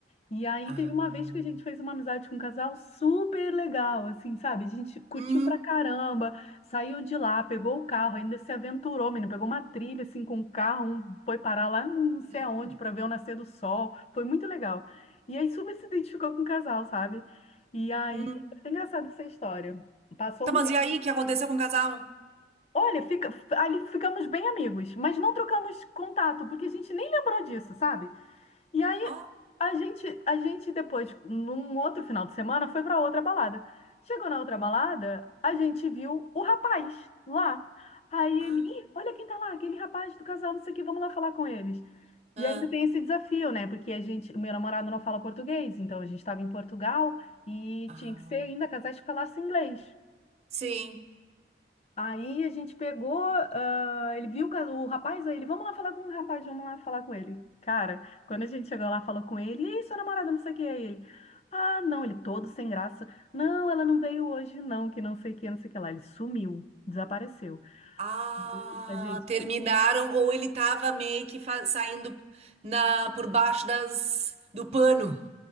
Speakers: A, on the left (about 35°); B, on the right (about 35°).
A: E aí
B: Ah.
A: teve uma vez que a gente fez uma amizade com um casal super legal, assim, sabe? A gente curtiu
B: Hum,
A: pra caramba, saiu de lá, pegou o carro, ainda se aventurou, menino, pegou uma trilha assim com o carro, um foi parar lá não
B: legal.
A: sei aonde pra ver o nascer do sol. Foi muito legal. E aí super se identificou com o casal, sabe? E aí,
B: hum.
A: é engraçada essa história. Passou
B: Tá, mas
A: um
B: e aí, o que aconteceu com o casal?
A: Olha, fica, ali ficamos bem amigos, mas não trocamos contato, porque a gente nem lembrou disso, sabe? E aí
B: Oh,
A: a gente, a gente depois, num outro final de semana, foi para outra balada. Chegou na outra balada, a gente viu o rapaz lá. Aí
B: ah,
A: ele, Ih, olha quem tá lá, aquele rapaz do casal, não sei o que, vamos lá falar com eles.
B: ah,
A: E ainda tem esse desafio, né? Porque a gente, o meu namorado não fala português, então a gente estava em Portugal e
B: ah.
A: tinha que ser ainda casais que falassem inglês.
B: Sim.
A: Aí a gente pegou, ah, ele viu o ca- o rapaz, aí ele, vamos lá falar com o rapaz, vamos lá falar com ele. Cara, quando a gente chegou lá, falou com ele, e aí, sua namorada, não sei o que, aí ele, ah, não, ele todo sem graça, não, ela não veio hoje, não, que não sei o que, não sei o que lá. Ele sumiu, desapareceu.
B: Ah,
A: E a gente.
B: terminaram ou ele tava meio que fa- saindo na por baixo das do pano.